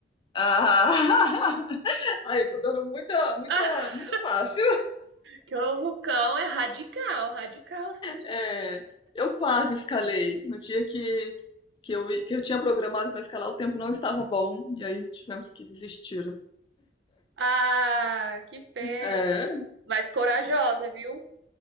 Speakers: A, on the left; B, on the right.
A: Ah, <laughs> ai, eu tô dando muita, muita,
B: <laughs>
A: muito fácil.
B: que o vulcão é radical, radical, sim.
A: É, eu quase escalei. No dia que, que, eu, que eu tinha programado para escalar, o tempo não estava bom e aí tivemos que desistir.
B: Ah, que pena.
A: É,
B: Mas corajosa, viu?